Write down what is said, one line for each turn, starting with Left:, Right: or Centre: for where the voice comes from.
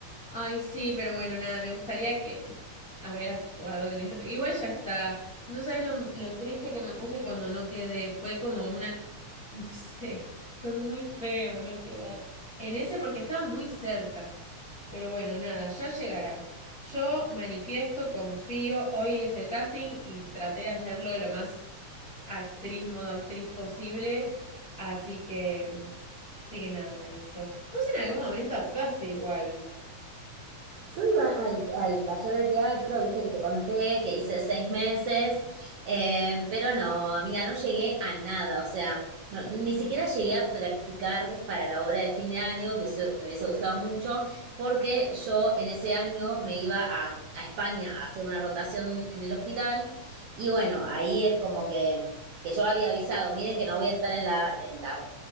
Left: Ay, sí, pero bueno, nada, me gustaría que, que haber actuado en eso. Igual ya está. No sabes lo, lo triste que me puse cuando no quedé. Fue como una, no sé, fue muy feo no quedar. En ese porque estaba muy cerca. Pero bueno, nada, ya llegará. Yo manifiesto, confío, hoy es el casting y traté de hacerlo lo más actriz, modo actriz posible. Así que, sí que nada, eso. Vos en algún momento actuaste igual.
Right: Yo iba al, al taller de teatro, viste que te conté, que hice seis meses, eh, pero no, amiga, no llegué a nada, o sea, no, ni siquiera llegué a practicar para la obra de fin de año, que eso me hubiese gustado mucho, porque yo en ese año me iba a, a España a hacer una rotación en el hospital, y bueno, ahí es como que, que yo había avisado, miren que no voy a estar en la, en la,